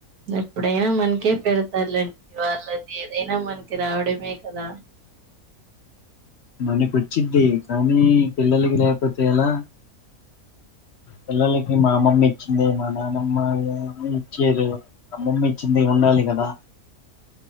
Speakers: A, on the right (about 85°); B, on the left (about 60°).
A: ఎప్పుడైనా మనకే పెడతారులండి వాళ్ళది ఏదైనా మనకి రావడమే కదా
B: మనకు వచ్చద్దే కానీ పిల్లకి రేపత ఏలా పిల్లలకి మా అమ్మమ్మ ఇచ్చింది మా నానమ్మ ఇచ్చారు అమ్మమ్మ ఇచ్చింది ఉండాలి కదా